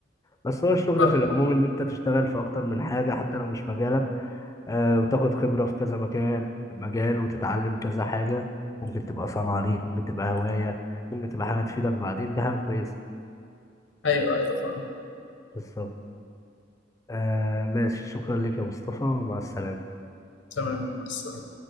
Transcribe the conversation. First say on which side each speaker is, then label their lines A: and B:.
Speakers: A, on the left; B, on the left.
A: بس هو الشغل
B: ف...
A: في العموم ان انت تشتغل في اكتر من حاجة حتى لو مش مجالك آه، وتاخد خبرة في كذا مكان مجال وتتعلم كذا حاجة ممكن تبقى صنعة ليك ممكن تبقى هواية ممكن تبقى حاجة تفيدك بعدين ده حاجة كويسة
B: ايوه ايوه فاهم
A: بالظبط آه ماشي شكرا لك يا مصطفى مع السلامة
B: تمام